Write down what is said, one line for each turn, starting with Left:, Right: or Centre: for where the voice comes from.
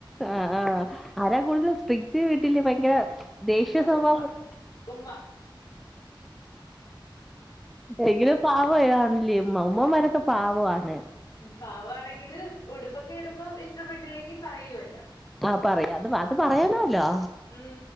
Centre: ആഹ് ആഹ് ആരാ കൂടുതലും സ്ട്രിക്റ്റ് വീട്ടില് ഭയങ്കര ദേഷ്യ
Left: അത്
Centre: സ്വഭാവം
Left: ഉമ്മ ഉമ്മ
Centre: എങ്കിലും പ <unintelligible> ഉമ്മമാരൊക്കെ പാവാണ്.
Left: പാവാണെങ്കില് ഉടുപ്പൊക്കെ ഇടുമ്പോ ഇഷ്ടപ്പെട്ടില്ലെങ്കി പറയുവല്ലോ.
Centre: ആഹ് പറയും. അത് അത് പറയണല്ലോ
Left: ഉം